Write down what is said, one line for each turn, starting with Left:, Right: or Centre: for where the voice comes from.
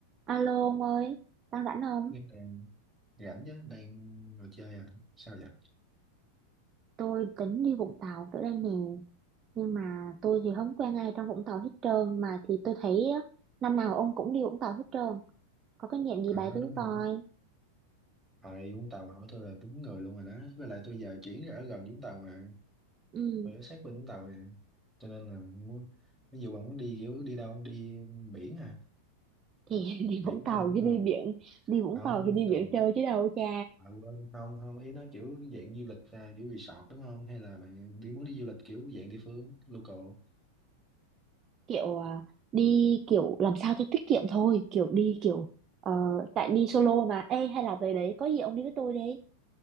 Right: Alo ông ơi, đang rảnh không?
Centre: Nghe nè, rảnh chứ, đang ngồi chơi à? Sao vậy?
Right: Tôi tính đi Vũng Tàu tới đây nè, nhưng mà tôi thì không quen ai trong Vũng Tàu hết trơn, mà thì tôi thấy á, năm nào ông cũng đi Vũng Tàu hết trơn, có cái niệm gì
Centre: Ờ
Right: bày tôi
Centre: đúng không?
Right: coi.
Centre: Hồi Vũng Tàu hỏi tôi là đúng người luôn rồi đó. Với lại tôi giờ chuyển ra ở gần Vũng Tàu mà.
Right: Ừ,
Centre: Tôi ở sát bên Vũng Tàu nè. Cho nên là muốn, ví dụ bạn muốn đi kiểu đi đâu? Đi biển hả?
Right: thì <laughs> đi
Centre: Biển
Right: Vũng Tàu
Centre: chơi đúng
Right: chứ
Centre: không?
Right: đi biển, đi Vũng
Centre: Không,
Right: Tàu thì đi
Centre: Vũng Tàu
Right: biển
Centre: gì?
Right: chơi chứ đâu cha.
Centre: À, quên, không, không. Ý nó kiểu dạng du lịch ra, kiểu resort đúng không? Hay là bạn đi muốn đi du lịch kiểu dạng địa phương, local?
Right: Kiểu à, đi kiểu làm sao cho tiết kiệm thôi, kiểu đi kiểu ờ, tại đi solo mà. Ê hay là về đấy có gì ông đi với tôi đi.